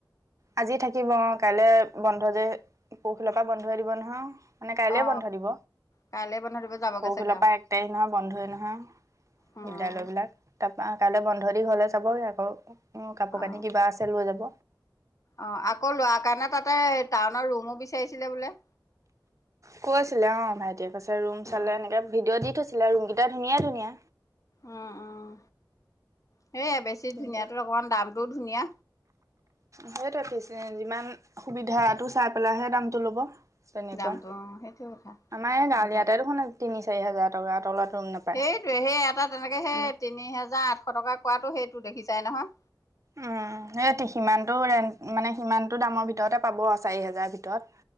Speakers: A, on the right; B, on the left.
A: আজি থাকিব অ' কাইলে বন্ধ যে পৰসিলৰ পৰা বন্ধই দিব নহয়। মানে কাইলে
B: অ
A: বন্ধ দিব,
B: কাইলৈ বন্ধ দিব যাবগে
A: পৰশিলৰ
B: চাগে আৰু
A: পৰা এক তাৰিখ নহয় বন্ধই নহয়।
B: উম
A: বিদ্যালয় বিলাক, তাৰপা কাইলৈ বন্ধ দি ঘৰলে যাবগে আকৌ উম্, কাপোৰ
B: অ
A: কানি কিবা আছে লৈ যাব।
B: অ' আকৌ ল'ৰাৰ কাৰণে তাতে টাউনৰ ৰুমো বিচাৰিছিলে বোলে।
A: কৈ আছিলে অ' ভাইটিয়ে, কৈছে ৰুম চালে
B: উম
A: এনেকে ভিডিঅ' দি থৈছ চিলে ৰুমগীটা ধুনীয়া-ধুনীয়া।
B: উম-উম সেইয়াই বেছি
A: কিন্তু
B: ধুনীয়াটো অকমান দামটোও ধুনীয়া।
A: সেইটোৱে পিছে যিমান সুবিধাটো চাই পেলাইহে দামতটো ল'ব। তেনেকুৱা
B: দামটো অ সেইটো কথা
A: আমাৰ
B: অসুবিধা
A: এই গাৱলীয়াতে
B: কৰি
A: দেখোন তিনি চাৰি হাজাৰ টকাৰ তলত ৰুম নাপায়
B: সেইটোৱে সেই এটা তেনেকে সেই
A: উম
B: তিনি হেজাৰ আঠশ টকা কোৱাটো সেইটো দেখিছাই নহয়।
A: উম, সেই সিমানতটো ৰেণ্ট মানে সিমানটো দামৰ ভিতৰতে পাব চাৰি হেজাৰ ভিতৰত।